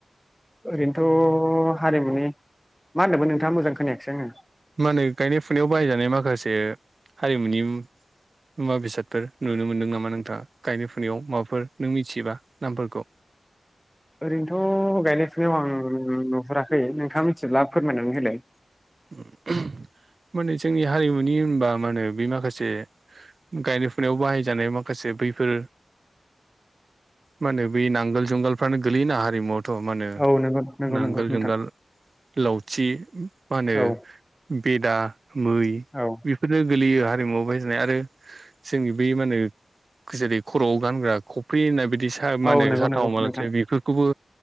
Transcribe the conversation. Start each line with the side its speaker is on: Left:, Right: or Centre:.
Centre: ओरैनोथ' हारिमुनि मा होनदोंबो नोंथाङा मोजां खोनायाखाससै आङो
Right: मा होनो गायनाय फुनायाव बाहायजानाय माखासे हारिमुनि मुवा बेसादफोर नुनो मोनदों नामा नोंथाङा गायनाय फुनायाव माबाफोर नों मिथियोबा नामफोरखौ
Centre: <unintelligible> ओरैनोथ' गायनाय फुनायाव आं नुहुराखै नोंथाङा मिथिब्ला फोरमायनानै होलाय
Right: <inaudible> माने जोंनि हारिमुनि होनबा मा होनो बे माखासे गायनाय फुनायाव बाहायजानाय मा खासे बैफोर
Centre: <inaudible>
Right: मा होनो बै नांगोल जुंगालफ्रानो गोलैयोना हारिमुआव थ' मा होनो
Centre: औ नंगौ नंगौ
Right: नांगोल
Centre: नंगौ नोंथां
Right: जुंगाल लावथि मा होनो
Centre: औ
Right: बेदा मै
Centre: औ
Right: बेफोरनो गोलैयो हारिमुआव बाहायजानाय आरो जोंनि बै मा होनो गसेरै खर'आव गानग्रा खफ्रि होननाय बिदि बिदि सा माहोनो
Centre: औ नंगौ
Right: साथावमालसो
Centre: नंगौ नोंथां
Right: बेफोरखौबो